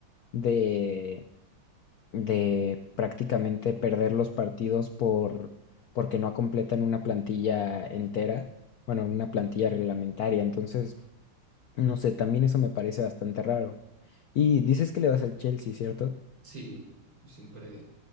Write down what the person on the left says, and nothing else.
de, de prácticamente perder los partidos por, porque no completan una plantilla entera, bueno, una plantilla reglamentaria. Entonces, no sé, también eso me parece bastante raro. Y dices que le vas al Chelsea, ¿cierto?